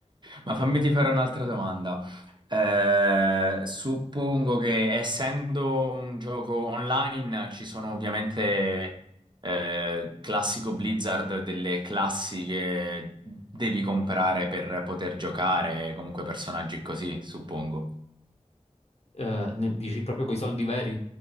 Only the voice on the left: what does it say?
Eh, ne- dici proprio coi soldi veri?